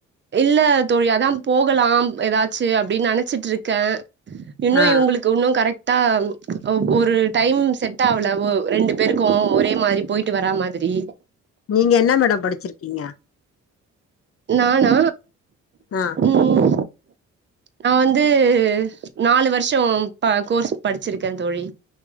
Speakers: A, on the right; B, on the left.
A: இல்ல தோழி அதா போகலாம் ஏதாச்சு அப்டின்னு நெனச்சிட்டு இருக்கே இன்னும்
B: ஆ
A: இவுங்களுக்கு இன்னும் கரெக்ட் கரெக்டா ஒரு டைம் செட் ஆவல ஒ ரெண்டு பேருக்கும் ஒரே மாரி போயிட்டு வர மாதிரி
B: நீங்க என்ன மேடம் படிச்சிருக்கீங்க
A: நானா
B: ஆ
A: ம் நா வந்து நாலு வருஷம் கோர்ஸ் படிச்சிருக்கே தோழி